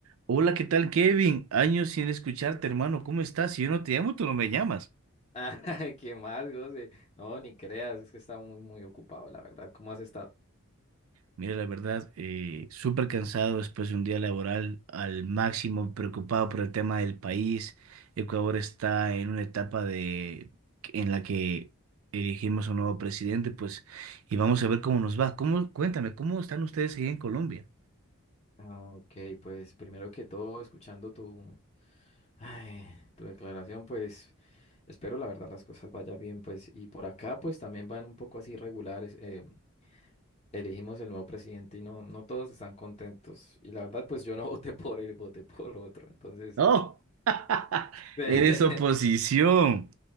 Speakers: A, on the right (about 65°); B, on the left (about 30°).
A: Hola, ¿qué tal, Kevin? Años sin escucharte, hermano. ¿Cómo estás? Si yo no te llamo, tú no me llamas.
B: Ah, <laughs> ¿qué más, José? No, ni creas, es que estaba muy, muy ocupado, la verdad. ¿Cómo has estado?
A: Mira, la verdad, eh, súper cansado después de un día laboral al máximo, preocupado por el tema del país. Ecuador está en una etapa de, en la que elegimos a un nuevo presidente, pues, y vamos a ver cómo nos va. ¿Cómo, cuéntame, ¿cómo están ustedes ahí en Colombia?
B: Ah, Ok, pues primero que todo, escuchando tu, ay, tu declaración, pues espero la verdad las cosas vayan bien, pues y por acá pues también van un poco así regulares. eh, elegimos el nuevo presidente y no, no todos están contentos. Y la verdad pues yo no <laughs> voté por él, voté por otro. Entonces,
A: ¡Oh! <laughs>
B: eh,
A: Eres oposición,
B: <laughs>